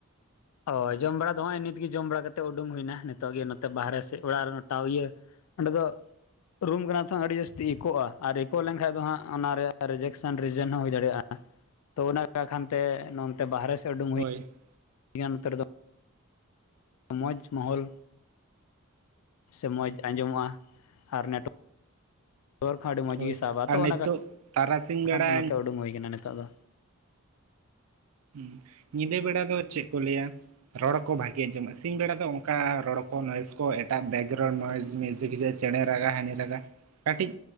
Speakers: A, on the left; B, on the right.
A: ᱦᱚᱭ ᱡᱚᱢ ᱵᱟᱲᱟ ᱫᱚ ᱱᱚᱜᱼᱚᱭ ᱱᱤᱛᱜᱮ ᱡᱚᱢ ᱵᱟᱲᱟ ᱠᱟᱛᱮᱫ ᱩᱰᱩᱝ ᱦᱩᱭ ᱮᱱᱟ ᱱᱤᱛᱚᱜ ᱜᱮ ᱱᱚᱛᱮ ᱵᱟᱦᱨᱮ ᱥᱮᱫ ᱚᱲᱟᱜ ᱨᱮᱦᱚᱸ ᱢᱟ ᱤᱭᱟᱹ ᱚᱸᱰᱮ ᱫᱚ ᱨᱩᱢ ᱠᱟᱱᱟ ᱛᱚ ᱟᱹᱰᱤ ᱡᱟᱹᱥᱛᱤ ᱤᱠᱚᱜᱼᱟ ᱟᱨ ᱤᱠᱚᱼᱜ ᱞᱮᱱᱠᱷᱟᱱ ᱫᱚ ᱦᱟᱸᱜ ᱚᱱᱟ ᱨᱮᱭᱟᱜ ᱨᱮᱡᱮᱠᱥᱟ. ᱱ ᱨᱤᱡᱮᱱ ᱦᱚᱸ ᱦᱩᱭ ᱫᱟᱲᱮᱭᱟᱜᱼᱟ᱾ ᱛᱚ ᱚᱱᱟ ᱠᱷᱟᱱᱛᱮ ᱱᱚᱱᱛᱮ ᱵᱟᱨᱦᱮ ᱥᱮᱫ ᱩᱰᱩᱠ
B: ᱦᱚᱭ᱾
A: ᱱᱚᱛᱮ ᱨᱮᱫᱚ ᱢᱚᱡᱽ ᱢᱚᱦᱚᱞ ᱥᱮ ᱢᱚᱸᱡᱽ ᱟᱸᱡᱚᱢᱚᱜᱼᱟ ᱟᱨ ᱱᱮᱴ ᱫᱩᱣᱟᱹᱨ ᱠᱚ ᱟᱹᱰᱤ ᱢᱚᱡᱽ
B: ᱦᱳᱭ
A: ᱜᱮ ᱥᱟᱵᱟ
B: ᱟᱨ
A: ᱛᱚ
B: ᱱᱤᱛᱚᱜ
A: ᱚᱱᱟ
B: ᱛᱟᱨᱟᱥᱤᱧ
A: ᱵᱟᱠᱷᱟᱱ
B: ᱵᱮᱲᱟ
A: ᱱᱚᱛᱮ ᱩᱰᱩᱝ ᱦᱩᱭ ᱟᱠᱟᱱᱟ ᱱᱤᱛᱚᱜ ᱫᱚ᱾
B: ᱦᱩ ᱧᱤᱫᱟᱹ ᱵᱮᱲᱟ ᱫᱚ ᱪᱮᱫ ᱠᱚ ᱞᱟᱹᱭᱟ ᱨᱚᱲ ᱠᱚ ᱵᱷᱟᱜᱮ ᱟᱸᱡᱚᱢᱚᱜᱼᱟ ᱥᱤᱧ ᱵᱮᱲᱟ ᱫᱚ ᱚᱱᱠᱟ ᱨᱚᱲ ᱠᱚ ᱱᱚᱭᱮᱡᱽ ᱠᱚ ᱮᱴᱟᱜ ᱵᱮᱠᱜᱨᱟᱣᱩᱱᱰ ᱱᱚᱭᱮᱥ ᱢᱤᱭᱩᱡᱤᱠ ᱪᱮᱬᱮ ᱨᱟᱜᱟ ᱦᱟᱱᱤ ᱨᱟᱜᱟ ᱠᱟᱹᱴᱤᱡ